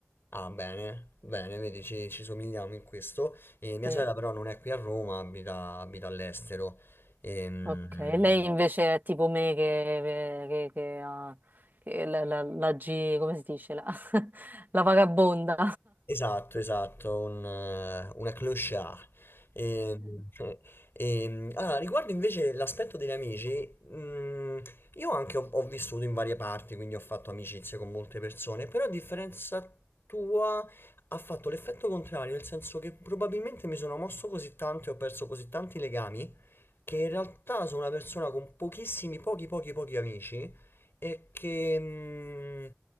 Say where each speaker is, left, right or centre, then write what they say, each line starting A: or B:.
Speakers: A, on the left (about 60°); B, on the right (about 45°).
A: ah, bene, bene, vedi, ci, ci somigliamo in questo. E mia
B: Sì.
A: sorella però non è qui a Roma, abita, abita all'estero. Ehm,
B: Ok, e lei invece è tipo me che, che- che ha che la, la- la G, come si dice? La, <laughs> la vagabonda.
A: Esatto, esatto, un, eh, una clochard. E, e, <laughs> allora, riguardo invece l'aspetto degli amici, mh, io anche ho, ho vissuto in varie parti, quindi ho fatto amicizie con molte persone, però a differenza tua ha fatto l'effetto contrario, nel senso che probabilmente mi sono mosso così tanto e ho perso così tanti legami che in realtà sono una persona con pochissimi, pochi, pochi, pochi amici e che mm,